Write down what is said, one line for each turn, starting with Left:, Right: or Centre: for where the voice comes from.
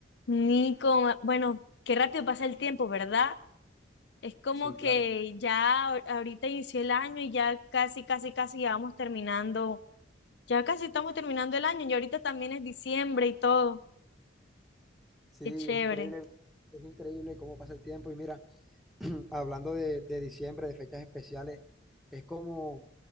Left: Nico, ma- bueno, qué rápido pasa el tiempo, ¿verdad? Es como
Centre: Sí, claro.
Left: que ya ahor- ahorita inició el año y ya casi, casi, casi ya vamos terminando, ya casi estamos terminando el año y ahorita también es diciembre y todo,
Centre: Sí,
Left: qué chévere.
Centre: es increíble, es increíble cómo pasa el tiempo. Y mira, <clears throat> hablando de, de diciembre, de fechas especiales, es como